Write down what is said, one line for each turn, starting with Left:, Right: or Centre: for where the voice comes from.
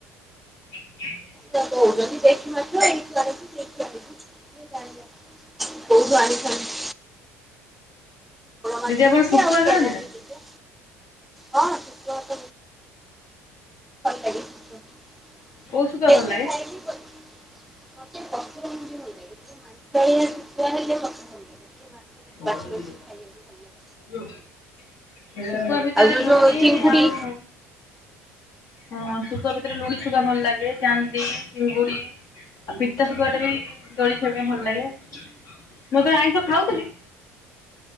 Left: <unintelligible>
Centre: ଛୁଆ କୋଉଚନ୍ତି ଦେଶିମାଛ ଏଇଠି ଆଣିବୁ ସେଇଠି ଆଣିବୁ କିଏ ଜାଣି କୁଅ କୋଉଠୁ ଆଣିଥାନ୍ତି ମାଛ
Left: ଦିଦି ଆପଣ
Centre: ଟିକେ
Left: ଶୁକୁଆ
Centre: ଆଉ କେରାଣ୍ଡି
Left: ଖାଆନ୍ତିନା?
Centre: ଟିକେ ହଁ ଶୁକୁଆ ଖା ଲାଗେ ଶୁଖୁଆ
Left: କୋଉ ଶୁକୁଆ
Centre: ଯେତେ
Left: ଭଲ ଲାଗେ?
Centre: ଖାଇବି ମତେ ପଥର ମୁଣ୍ଡି ଭଲ ଲାଗେ <unintelligible> ଟିକେ ମାଂସ
Left: <unintelligible> ଶୁଖୁଆ
Centre: ବାଛି ବାଛି ଖାଇବାକୁ ଭଲ ଲାଗେ
Left: ଭିତରେ
Centre: ଆଉ ଯୋଉ
Left: ଲୁଣୀ
Centre: ଯୋଉ ଚିଙ୍ଗୁଡି
Left: ଆଉ ହଁ ଶୁକୁଆ ଭିତରେ ଲୁଣି ଶୁକୁଆ ଭଲ ଲାଗେ ଚାନ୍ଦି ଚିଙ୍ଗୁଡ଼ି ଆଉ ପିତା ଶୁଖୁଆଟାବି ଦଳିକି ଖିଇବାପାଇଁ ଭଲ ଲାଗେ ମୁଁ ଯେତେଳେ ଆଇଁଷ ଖାଉଥିଲି